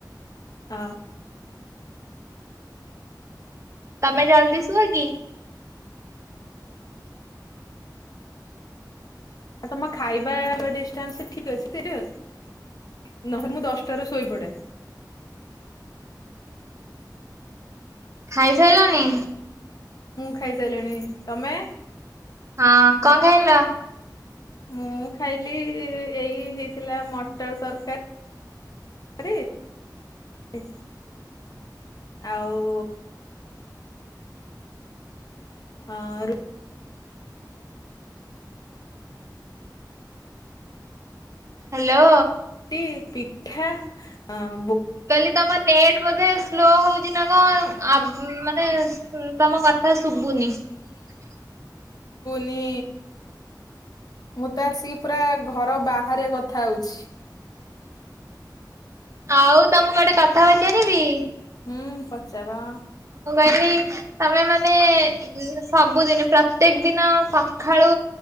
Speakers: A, on the left; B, on the right.
A: ଅ
B: ତମେ ଜଲ୍ଦି ଶୁଅ କିି?
A: ତମ ଖାଇବା ରେଷ୍ଟୁରାଣ୍ଟ ସବୁ ଠିକ ଅଛି ତ ନହେଲେ ମୁଁ ଦଶଟାରୁ ଶୋଇପଡେ।
B: ଖାଇ ସାଇଲଣିି?
A: ଖାଇ ସାଇଲିଣି। ତମ
B: ହଁ କଣ ଖାଇଲ?
A: ମୁଁ ଖାଇଲି ଏଇ ହେଇଥିଲା ମଟର ତରକାର ଆରେ ଆଉ ହଁ ଆରୁ
B: ହ୍ୟାଲୋ।
A: ଟି ପିଠା ଆ
B: କଲି ତମ ନେଟ ବୋଧେ ସ୍ଲୋ ହୋଉଛି ନା କଣ ଆ ମାନେ ହୁଁ ତମ କଥା ଶୁଭୁନି?
A: ମି ମୁଁ ତ ଆସିକି ପୁରା ଘର ବାହାରେ କଥା ହୋଉଛି।
B: ଆଉ ତମକୁ ଗୋଟେ କଥା ପଚାରିବି?
A: ହୁଁ ପଚାର।
B: ମୁଁ କହିଲି ତମେ ମାନେ ସବୁଦିନ ପ୍ରତ୍ୟେକ ଦିନ ସଖା ଳୁ